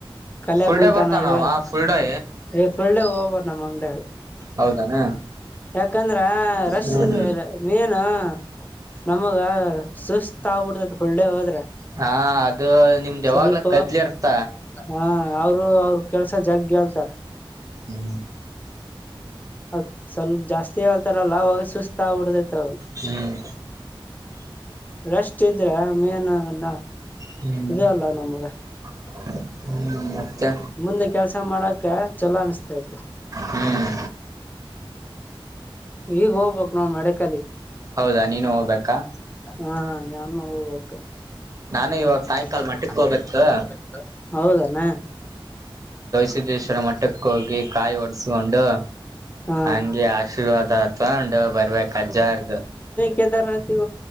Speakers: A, on the left; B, on the right.
A: ಕಲ್ಯ
B: ಫುಲ್
A: ಕುಂತಾನ
B: ಡೇ ಬರ್ತಾನ
A: ಇವ
B: ಅವ ಫುಲ್ ಡೇ
A: ಫುಲ್ಡ ಹೋಗಬ ನಮ್ಮ ಅಂಗಡಿಯಾಗ
B: ಹೌದಾನ
A: ಯಾಕಂದ್ರ ರಶ್
B: ಹ್ಮ್
A: ನೀ ಹ ನಮಗ ಸುಸ್ತ್ ಆಗ್ಬಿಡ್ತತ್ ಫುಲ್ ಡೇ ಹೋದ್ರೆ
B: ಹಾ ಅದು ನಿಮ್ದ್ ಯಾವಾಗ್ಲ
A: ಸ್ವಲ್ಪ
B: ಕದ್ಲಿ ಇರ್ತ
A: ಹಾ ಅವರು ಅವ್ರರು ಕೆಲ್ಸ ಜಗ್ ಹೇಳ್ತಾರ
B: ಹ್ಮ್
A: ಅ ಸ್ವಲ್ಪ ಜಾಸ್ತಿ ಹೇಳ್ತಾರಲ್ಲ ಅವಾಗ ಸುಸ್ತ ಆಬಡದೈತವ
B: ಹ್ಮ್
A: ರಷ್ಟ ಇದ್ರ <unintelligible>
B: ಹ್ಮ್
A: ಇದೇ ಅಲ್ಲ ನಮಗ
B: ಹ್ಮ್ ಮತ್ತೆ
A: ಮುಂದೆ ಕೆಲ್ಸ ಮಾಡಕ ಚಲೋ ಅನಿಸ್ತತೆ
B: ಹ್ಮ್
A: ಈಗ್ ಹೋಗ್ಬೇಕಕ ನಾವ್ ಮಡಕಲ್ಲಿ
B: ಹೌದಾ ನೀನು ಹೋಗ್ಬೇಕಾ
A: ಹಾ <unintelligible>
B: ನಾನು ಇವಾಗ ಸಾಯಂಕಾಲ ಮಟ್ಟಕ್ ಹೋಗ್ಬೇಕು
A: ಹೌದ ಹೇನು
B: ಸಿದ್ದೇಶ್ವರ ಮಟ್ಟಕ್ಕ ಹೋಗಿ ಕಾಯಿ ಒಡಸ್ಕೊಂಡು
A: ಹಾ
B: ಹಂಗೆ ಆಶೀರ್ವಾದ ಅತ್ಂಡ ಬರ್ಬೇಕಕ್ ಅಜ್ಜಾರದುು
A: ಕೆದಾರ ರತಿಗ